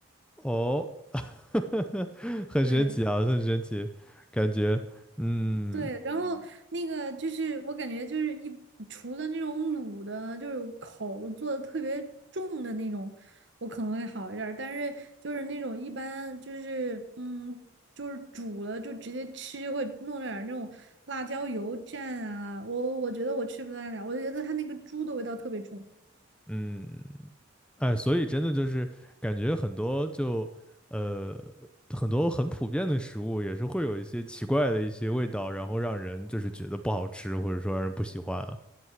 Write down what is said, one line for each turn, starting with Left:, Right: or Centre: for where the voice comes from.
Centre: 哦，<laughs> 很神奇啊，
Right: 对
Centre: 很神奇，感觉，嗯
Right: 对，然后那个就是我感觉就是一除了那种卤的，就是口做的特别重的那种，我可能会好一点儿。但是就是那种一般就是嗯，就是煮了就直接吃，会弄点儿那种辣椒油蘸啊，我我觉得我吃不太了，我觉得它那个猪的味道特别重。
Centre: 嗯，哎，所以真的就是感觉很多就呃很多很普遍的食物也是会有一些奇怪的一些味道，然后让人就是觉得不好吃，或者说让人不喜欢啊。